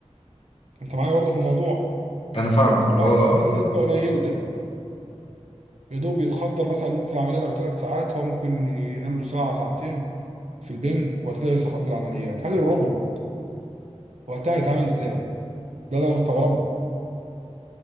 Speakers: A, on the right (about 70°); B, on the left (about 55°).
A: انت معايا برضه في الموضوع
B: انا فاهمك اللي
A: واحد
B: هو
A: يديله نسبه قليله يا دوب يتخدر مثلا مدة العمليه لو ثلاث ساعات هو ممكن ينام له ساعه ساعتين في البنج وبعد كده يصحى في قلب العمليات هل الروبوت وقتها هيتعامل ازاي؟ ده اللي انا مستغربه